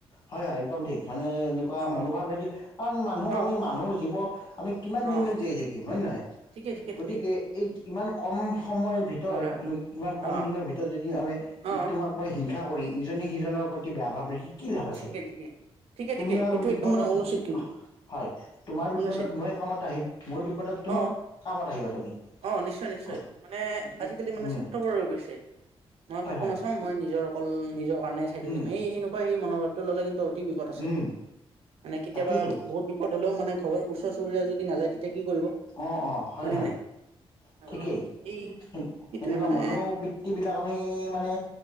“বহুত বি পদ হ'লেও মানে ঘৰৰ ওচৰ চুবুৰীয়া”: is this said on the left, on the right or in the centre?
Right